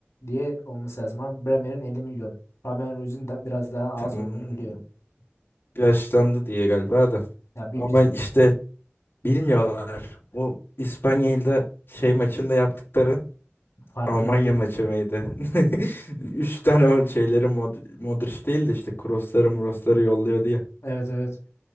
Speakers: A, on the left; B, on the left.
A: diye olması lazım ama Bremer'in 50 milyon. Fabian Ruiz'in de biraz daha
B: Tamam.
A: az olduğunu biliyorum.
B: Yaşlandı diye galiba da.
A: Ya büyük
B: Ama
A: ihtimal.
B: işte bilmiyorlar. O İspanya'da şey maçında yaptıkları
A: Farkında
B: Almanya
A: değil.
B: maçı mıydı? <laughs> Üç tane o şeyleri Mod Modric değil de işte crossları murosları yolluyordu ya.
A: Evet evet.